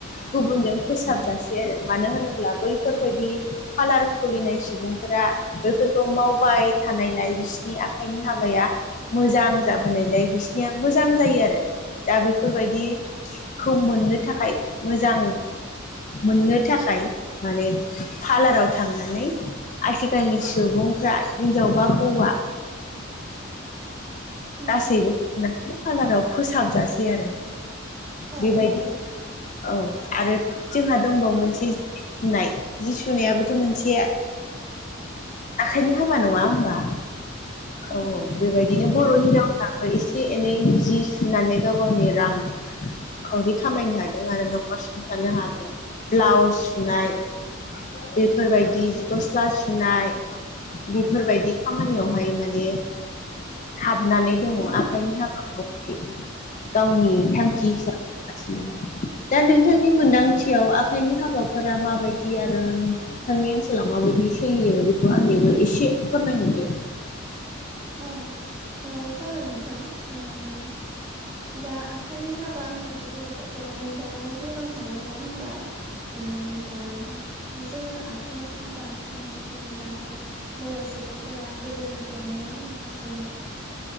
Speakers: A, on the left (about 40°); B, on the right (about 15°).
A: गुबुनजों फोसाबजसेै आरो मानो होनोब्ला बैफोरबायदि फालार खुलिनाय सुबुंफोरा बैफोरखौ मावबाय थानायलाय बिसिनि आखाइनि हाबाया मोजां जाबोनायलाय बिसिनिया मोजां जायो आरो दा बेफोरबायदि खौ मोननो थाखाय मोजां मोननो थाखाय माने पार्लाराव थांनानै आथिखालनि सुबुंफ्रा हिनजाव बा हौवा।
B: उम
A: गासैबो
B: उम
A: पार्लाराव फोसाबजासै आरो।
B: औ
A: बेबायदि
B: नंगौ
A: औ आरो जोंहा दंबावो
B: उम
A: मोनसे जि सुनाय जि सुनायाबोथ' मोनसे आखाइनि हाबा नंङा होमबा?
B: उम
A: औ औ
B: उम
A: बेबायदिनो बर' हिनजावफ्राबो एसे एनै जि सुनानै गाव गावनि रां खावरि खामायनो हादों आरो न'खर सुंथानो हादों ब्लाउस सुनाय बेफोरबायदि गस्ला सुनाय बेफोरबायदि खामानियावहाय माने हाबनानै दंङ
B: उम
A: आखाइनि
B: उम
A: हाबाखौहाय गावनि
B: उम
A: थांखि
B: उम
A: हिसाबै मावगासिनो दं। दा नोंथांनि मोनदांथियाव आखाइनि हाबाफोरा माबायदि आरो। नोंथांनि ओनसोलाव माबायदि सोलियो बेखौ आंनोबो एसे फोरमायहरदो।
B: औ ओ जागोन नोंथां। ओम दा आखाइनि हाबा होननानै बुंङोब्ला? थ' नोंथांङानो बुंलांखाबाय नंङा होमबा? ओ दा जोंङो आखाइनि हाबा होननानै बुंङोब्ला जों बर' सुबुंफोरा गोदोनिफ्रायनो माखासे